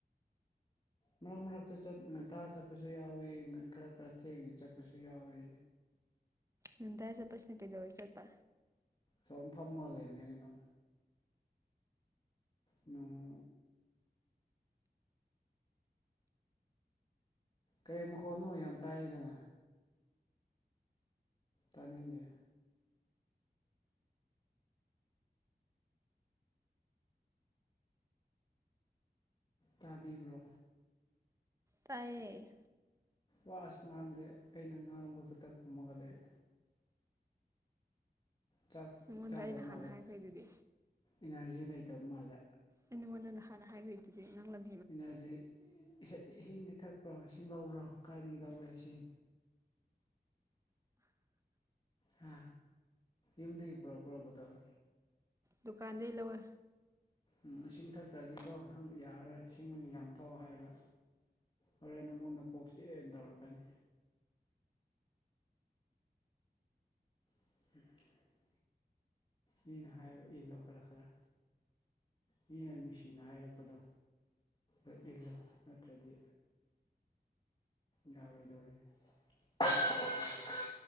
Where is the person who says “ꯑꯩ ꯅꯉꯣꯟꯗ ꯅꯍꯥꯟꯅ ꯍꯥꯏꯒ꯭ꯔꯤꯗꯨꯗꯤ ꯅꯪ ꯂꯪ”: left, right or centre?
Right